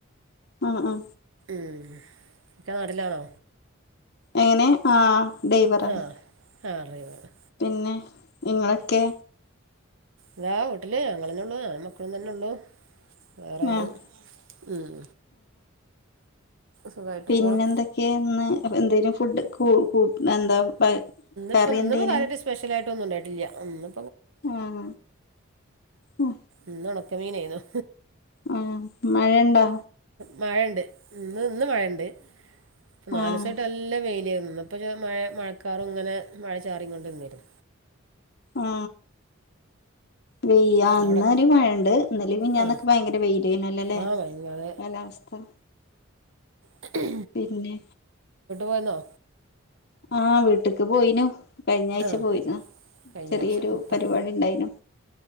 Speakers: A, on the left; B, on the right.
A: ആ ആ
B: മ് ക്കാ നാട്ടിലാണോ
A: എങ്ങനെ ആഹ ഡൈവറാണ്
B: ആ ആ ഡ്രൈവറാണ്
A: പിന്നെ നിങ്ങളൊക്കെ
B: ന്താ വീട്ടില് ങ്ങള്ന്നെ ഉള്ള് ഞാ മക്കളും തന്നെ ഉള്ള് വേറെണ്
A: ആഹ്
B: ഉം സുഖായിട്ട്
A: പിന്നെ
B: പോണ്
A: എന്തൊക്കെയന്ന് എന്തെലും ഫുഡ് കു കു എന്താ കറി
B: ഇപ്പം ഇന്ന്
A: എന്തേനു
B: കാര്യമായിട്ട സ്പെഷ്യലയിട്ടൊന്നും ഉണ്ടായിട്ടില്ല മ്
A: ആഹ ഉ
B: ഇന്ന് ഉണക്കമീനായിരുന്നു
A: ആഹ മഴ ഉണ്ടാ
B: മഴയ്ണ്ട് ഇന്ന് ഇന്ന് മഴയ്ണ്ട് ഇപ്പോൾ നാല്സയിട്ട്
A: ആഹ്
B: നല്ല വെയിലായിരുന്നു ന്ന് ഇപ്പഴ്‌ മഴ മഴക്കാറ് ഇങ്ങനെ മഴ ചാറി കൊണ്ട് ന്നിട്ട്
A: ആ വെയ്യ അന്നര്
B: അവിടെ
A: വഴണ്ട് ല്ലെ മെഞ്ഞാന്ന്ക്കെ
B: ആ
A: ഭയങ്കര വെയില് തന്നേഅല്ലലെ
B: ആ ഭയങ്കര
A: കാലാവസ്ഥ
B: ട്ട്
A: പിന്നെ
B: പോയന്നോ
A: ആഹ വീട്ടക്ക് പോയിനു കഴിഞ്ഞ ആഴ്ച
B: ആ
A: പോയിന്ന
B: കഴിഞ്ഞ
A: ചെറിയൊരു
B: ആഴ്ച ഇപ്പം
A: പരിപാടി ഉണ്ടായിനു